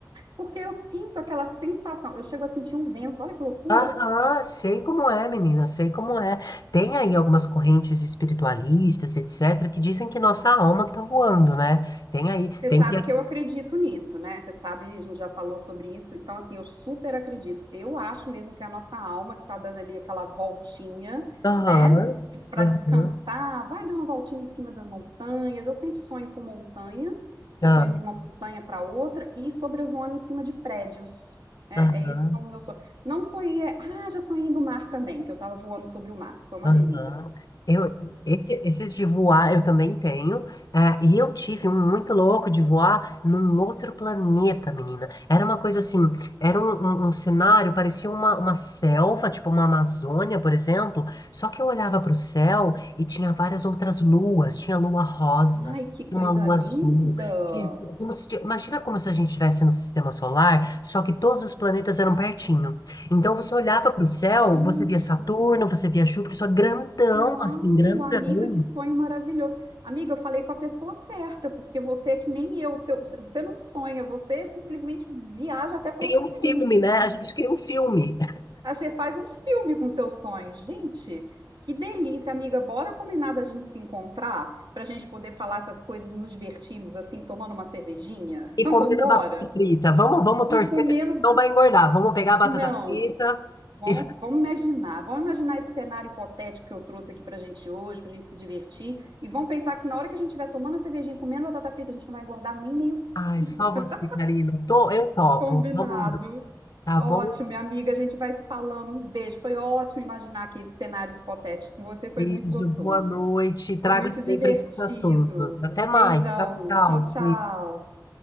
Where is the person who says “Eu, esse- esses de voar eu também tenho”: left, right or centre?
Left